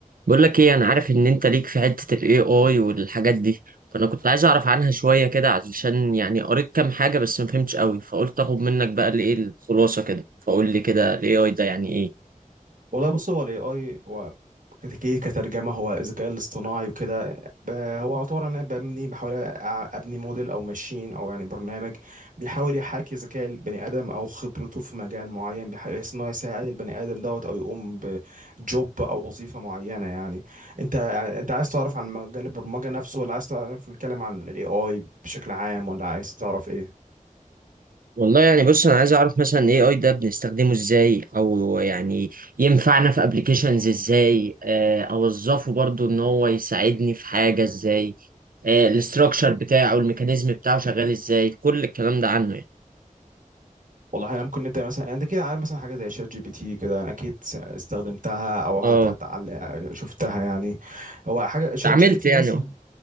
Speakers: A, on the right; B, on the right.
A: بقول لك ايه انا عارف ان انت ليك في حتة الاي اي والحاجات دي فانا كنت عايز اعرف عنها شوية كده علشان يعني قريت كام حاجة بس ما فهمتش قوي فقلت اخد منك بقى الايه الخلاصة كده فقول لي كده الاي اي ده يعني ايه
B: والله بص هو الاي اي هو كتكي- كترجمه هو الذكاء الاصطناعي وكده ب- هو عباره ان انا ببني بحاول أ- ابني موديل او ماشين او يعني برنامج بيحاول يحاكي ذكاء البني ادم او خبرته في مجال معين بحيث ان هو يساعد البني ادم دوت او يقوم بجوب او وظيفه معينه يعني انت انت عايز تعرف عن مجال البرمجه نفسه ولا عايز تعرف نتكلم عن الاي اي بشكل عام ولا عايز تعرف ايه
A: والله يعني بص انا عايز اعرف مثلا الاي اي ده بنستخدمه ازاي او يعني ينفعنا في ابلكيشنز ازاي آه، اوظفه برضو ان هو يساعدني في حاجة ازاي الاستراكشر بتاعه الميكانيزم بتاعه شغال ازاي كل الكلام ده عنه يعني
B: والله احنا ممكن نبدا مثلا يعني انت كده عارف مثلا حاجه زي شات جي بي تي كده انا اكيد س- استخدمتها او
A: اه
B: حتى اتعل- شفتها يعني هو حاجه شات
A: اتعاملت
B: جي بي تي
A: يعني
B: مثلا